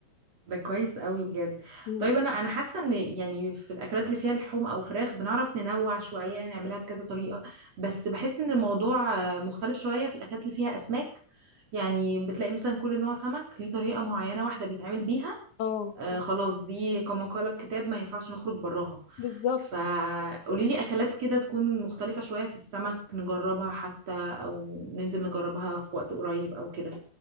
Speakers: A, on the right; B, on the left.
A: ده كويس قوي بجد
B: مم.
A: طيب انا انا حاسه ان يعني في الاكلات اللي فيها لحوم او فراخ بنعرف ننوع شويه نعملها بكذا طريقه بس بحس ان الموضوع آه، مختلف شويه في الاكلات اللي فيها اسماك يعني بتلاقي مثلا كل نوع سمك ليه طريقه معينه واحده بيتعمل بيها
B: اه
A: آه
B: صح
A: خلاص دي كما قال الكتاب ما ينفعش نخرج براها
B: بالظبط
A: فقولي لي اكلات كده تكون مختلفه شويه في السمك نجربها حتى او ننزل نجربها في وقت قريب او كده